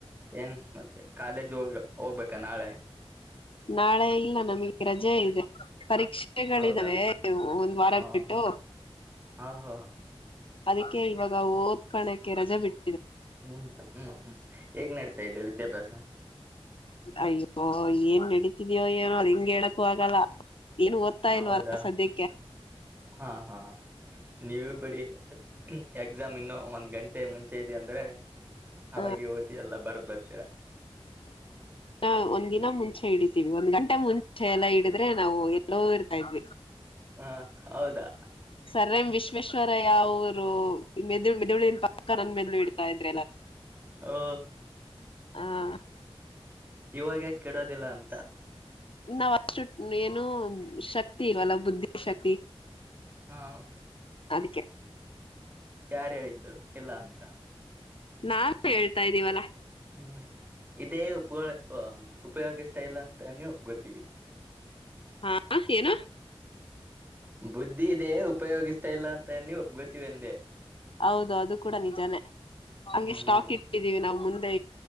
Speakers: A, on the right; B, on the left.
A: ಏನ್ ಮತ್ತೆ ಕಾಲೇಜ್ ಹೋಗ ಹೋಗ್ಬೇಕಾ ನಾಳೆ.
B: ನಾಳೆ ಇಲ್ಲ ನಮಗೆ ರಜೆ ಇದೆ. ಪರೀಕ್ಷೆಗಳಿದಾವೆ
A: ಹೌದಾ
B: ಒಂದ್ ವಾರ
A: ಹಾ
B: ಬಿಟ್ಟು.
A: ಹಾ ಹಾ
B: ಅದಕ್ಕೆ ಇವಾಗ ಓದ್ಕಣಕ್ಕೆ ರಜೆ ಬಿಟ್ಟ
A: ಹ್ಮ್ ಹ್ಮ್ ಹ್ಮ್ ಹೇಗ್ ನಡತಾ ಇದೆ ವಿದ್ಯಾಭ್ಯಾಸ.
B: ಅಯ್ಯೋ ಏನ್ ನಡೀತಿದ್ಯೊ ಏನೋ ಹೆಿಂಗ್ ಹೇಳಕ್ಕು ಆಗಲ್ಲ. ಏನು ಓದ್ತಾ
A: ಹೌದಾ
B: ಇಲ್ವಲ್ಲ ಸದ್ಯಕ್ಕೆ
A: ಹಾ ಹಾ ನೀವು ಬಿಡಿ. ಎಕ್ಸಾಮ್ ಇನ್ನು ಒಂದ್ ಗಂಟೆ ಮುಂಚೆ ಇದೆಯ ಅಂದ್ರೆ. ಅವಾಗಿ
B: ಹ
A: ಓದಿ ಎಲ್ಲ ಬರ್ದ್ ಬರ್ತೀರ.
B: ಹ ಒಂದ ದಿನ ಮುಂಚೆ ಹಿಡಿತೀವಿ ಒಂದ್ ಗಂಟೆ ಮುಂಚೆ ಎಲ್ಲಾ ಹಿಡಿದ್ರೆ ನಾವು ಎಲ್ಲೋ ಇರ್ತಾ ಇದ್ವಿ.
A: ಹಾ ಹೌದಾ
B: ಸರ್ ಎಂ ವಿಶ್ವೇಶ್ವರಯ್ಯ ಅವರು ಮೆದುಳಿನ ಮೆದುಳನ್ ಪಕ್ಕ ನನ್ನ ಮೆದಲು ಇಡ್ತಾ ಇದ್
A: ಓ
B: ಹ
A: ಇವಾಗ್ಯಾಕ ಕೆಡೋದಿಲ್ಲ ಅಂತ.
B: ನಾವ್ ಅಷ್ಟು ಏನು ಶಕ್ತಿ ಇಲ್ವಲ್ಲ ಬುದ್ಧಿ ಶಕ್ತಿ.
A: ಹಾ
B: ಅದಕ್ಕೆ
A: ಯಾರ ಹೇಳಿದ್ದು ಇಲ್ಲ ಅಂತ.
B: ನಾವು ಹೇಳ್ತಾ ಇದ್ದೀವಲ್ಲಾ.
A: ಹ್ಮ್ ಇದೇ ಉಪ ಉಪಯೋಗಿಸ್ತಾ ಇಲ್ಲ ಅಂತ ನೀ ಒಪ್ ಗೊತೀವಿ.
B: ಹಾ ಏನು
A: ಬುದ್ಧಿ ಇದೆ ಉಪಯೋಗಿಸ್ತಾ ಇಲ್ಲ ಅಂತ ನೀವು ಒಪ್ಕೊಂತಿರ್ ಎಂದೆ
B: ಹೌದು ಅದು ಕೂಡ ನಿಜಾನೇ ಹಂಗೆ
A: ಹ್ಮ್
B: ಸ್ಟಾಕ್ ಇಟ್ಟಿದ್ದೀವಿ ನಾವ್ ಮುಂದೆ